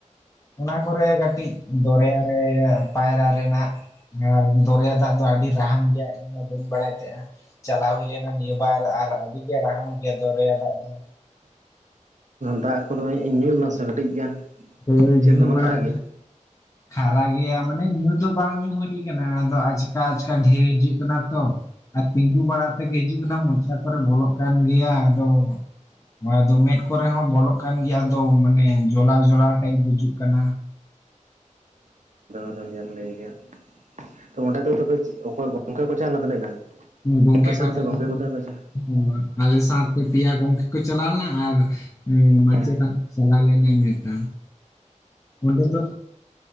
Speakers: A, on the left; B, on the right.
A: ᱚᱱᱟ ᱠᱚᱨᱮ ᱠᱟᱹᱴᱤᱡ ᱫᱚᱨᱭᱟ ᱨᱮ ᱯᱟᱭᱨᱟ ᱨᱮᱱᱟᱜ ᱟᱨ ᱫᱚᱨᱭᱟ ᱫᱟᱜ ᱫᱚ ᱟᱹᱰᱤ ᱨᱟᱦᱟᱱ ᱜᱮᱭᱟ ᱤᱧ ᱦᱚᱸ ᱵᱟᱹᱧ ᱵᱟᱲᱟᱭ ᱛᱟᱦᱮᱸᱜᱼᱟ ᱪᱟᱞᱟᱣ ᱦᱩᱭᱞᱮᱱᱟ ᱱᱤᱭᱟᱹᱵᱟᱨ ᱟᱨ ᱟᱹᱰᱤᱞᱮ ᱨᱟᱦᱟᱢ ᱜᱮᱭᱟ ᱫᱚᱨᱭᱟ ᱫᱟᱜ ᱫᱚ
B: ᱫᱟᱜ ᱠᱚᱫᱚ ᱧᱩ ᱞᱮᱫᱟᱢ ᱥᱮ ᱠᱟᱹᱴᱤᱡ ᱜᱟᱱ
A: ᱦᱳᱭ
B: ᱪᱮᱫ
A: ᱡᱩ
B: ᱫᱚᱢᱮ
A: ᱵᱟᱲᱟᱜ
B: ᱠᱷᱟᱨᱟ ᱜᱮᱭᱟ
A: ᱠᱷᱟᱨᱟ ᱜᱮᱭᱟ ᱢᱟᱱᱮ ᱧᱩ ᱫᱚ ᱵᱟᱝ ᱧᱩ ᱦᱩᱭ ᱟᱠᱟᱱᱟ ᱟᱫᱚ ᱟᱪᱠᱟ ᱟᱪᱠᱟ ᱰᱷᱮᱣ ᱦᱤᱡᱩᱜ ᱠᱟᱱᱟ ᱛᱚ ᱟᱨ ᱛᱤᱸᱜᱩ ᱵᱟᱲᱟ ᱛᱮᱜᱮ ᱦᱤᱡᱩᱜ ᱠᱟᱱᱟ ᱢᱚᱪᱟ ᱠᱚᱨᱮ ᱵᱚᱞᱚᱜ ᱠᱟᱱ ᱜᱮᱭᱟ ᱟᱫᱚ ᱱᱚᱜ ᱫᱚ ᱢᱮᱸᱫ ᱠᱚᱨᱮ ᱦᱚᱸ ᱵᱚᱞᱚᱜ ᱠᱟᱱ ᱜᱮᱭᱟ ᱟᱫᱚ ᱢᱟᱱᱮ ᱡᱚᱞᱟᱣ ᱡᱚᱞᱟᱣ ᱴᱟᱭᱤᱯ ᱵᱩᱡᱩᱜ ᱠᱟᱱᱟ
B: <unintelligible> ᱞᱟᱹᱭᱮ ᱠᱮᱜᱼᱟ ᱛᱚ ᱚᱸᱰᱮ ᱫᱚ ᱛᱚᱵᱮ ᱚᱠᱚᱭ ᱜᱚᱝᱠᱮ ᱠᱚ ᱪᱟᱣᱱᱟ ᱛᱤᱱᱟᱹᱜ ᱜᱟᱱ
A: ᱜᱚᱝᱠᱮ
B: ᱚᱠᱚᱭ
A: ᱠᱚ
B: ᱥᱟᱶᱛᱮ
A: ᱪᱟᱞᱟᱣ
B: ᱜᱚᱝᱠᱮ
A: ᱞᱮᱱᱟ
B: ᱠᱚ ᱛᱤᱱᱟᱹᱜ ᱠᱚ ᱪᱟᱣ
A: ᱚ ᱟᱞᱮ ᱥᱟᱶᱛᱮ ᱯᱮᱭᱟ ᱜᱚᱝᱠᱮ ᱠᱚ ᱪᱟᱞᱟᱣ ᱞᱮᱱᱟ ᱟᱨ ᱦᱮ ᱢᱟᱪᱮᱛᱟᱱᱤ
B: ᱦᱮᱸ
A: ᱪᱟᱞᱟᱣ ᱞᱮᱱᱤᱧ ᱢᱮᱫᱴᱟᱝ, ᱚᱸᱰᱮ ᱫᱚ